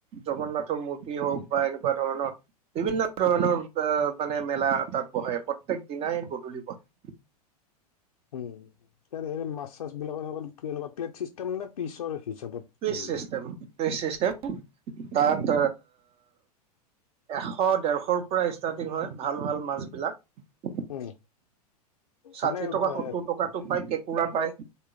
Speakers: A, on the right; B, on the left.
A: জগন্নাথৰ মূৰ্তি হওক বা এনেকুৱা ধৰণৰ বিভিন্ন ধৰণৰ
B: উম,
A: অ মানে মেলা তাত বহে প্ৰত্যেক দিনাই গধূলি বহে
B: উম এনে মাছ চাছ বিিলাক একুৱকুৱা প্লে তাৰমানে পিছৰ হিচাপত
A: টুইষ্ট
B: হেৰি
A: চিষ্টেম
B: কৰা
A: টুইষ্ট চিষ্টেম তাত এশ ডেৰশৰ পৰা ষ্টাৰ্টিং হয় ভাল ভাল মাছ বিলাক
B: উম,
A: ষাঠি
B: মানে এ
A: টকা সত্তৰ টকাাতটো প্ৰায় পুৰা পাই